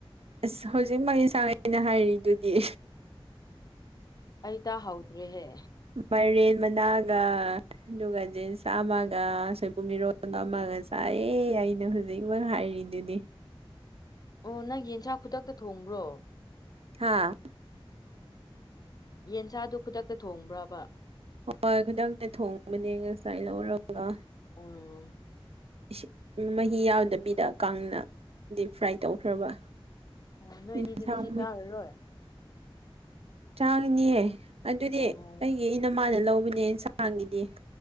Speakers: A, on the right; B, on the left.
A: ꯑꯥꯁ ꯍꯧꯖꯤꯛꯃꯛꯀꯤ ꯏꯟꯁꯥꯡ ꯑꯩꯅ ꯍꯥꯏꯔꯤꯗꯨꯗꯤ
B: ꯑꯩ ꯇꯥ ꯍꯧꯗ꯭ꯔꯦ ꯍꯦ
A: ꯃꯥꯏꯔꯦꯟ ꯃꯅꯥꯒ ꯑꯗꯨꯒ ꯖꯤꯟꯁ ꯑꯃꯒ ꯁꯣꯏꯕꯨꯝ ꯏꯔꯣꯟꯕ ꯑꯃꯒ ꯆꯥꯏꯌꯦ ꯑꯩꯅ ꯍꯨꯖꯤꯛꯃꯛ ꯍꯥꯏꯔꯤꯗꯨꯗꯤ
B: ꯑꯣ ꯅꯪꯒꯤ ꯏꯟꯁꯥꯡ ꯈꯨꯗꯛꯇ ꯊꯣꯡꯕ꯭ꯔꯣ
A: ꯍꯥ
B: ꯌꯦꯟꯁꯥꯗꯨ ꯈꯨꯗꯛꯇ ꯊꯣꯡꯕ꯭ꯔꯥꯕ
A: ꯍꯣꯏ ꯈꯨꯗꯛꯇ ꯊꯣꯡꯕꯅꯦ ꯉꯁꯥꯏ ꯂꯧꯔꯒ
B: ꯎꯪ
A: ꯏꯁꯤꯡ ꯃꯍꯤ ꯌꯥꯎꯗꯕꯤꯗ ꯀꯪꯅ ꯗꯤ ꯐ꯭ꯔꯥꯏ ꯇꯧꯈ꯭ꯔꯕ
B: ꯎꯪ ꯅꯣꯏꯅꯤꯗꯤ
A: ꯏꯟꯁꯥꯡ
B: ꯉꯁꯤ ꯇꯥꯔꯔꯣꯏ
A: ꯆꯥꯒꯅꯤꯌꯦ ꯑꯗꯨꯗꯤ
B: ꯑꯣ
A: ꯑꯩꯒꯤ ꯏꯅꯃꯥꯅ ꯂꯧꯕꯅꯦ ꯏꯟꯁꯥꯡꯒꯤꯗꯤ